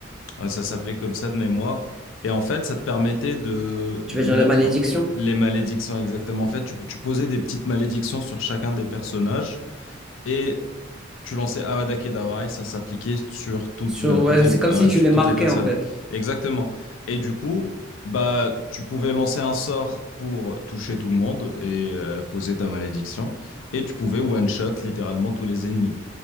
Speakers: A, on the left; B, in the centre.
A: Euh, Ça s'appelait comme ça de mémoire. Et en fait, ça te permettait de, de
B: tu veux dire
A: mettre
B: les malédictions?
A: les malédictions exactement. En fait, tu, tu posais des petites malédictions sur chacun des personnages et tu lançais Avada Kedavra et ça s'appliquait sur toutes,
B: Sur,
A: le-
B: ouais,
A: toutes les,
B: c'est comme
A: ouais,
B: si tu
A: sur
B: les
A: toutes
B: marquais,
A: les personnes.
B: en fait.
A: Exactement. Et du coup, bah, tu pouvais lancer un sort pour toucher tout le monde et euh, poser ta malédiction. Et tu pouvais one-shot littéralement tous les ennemis,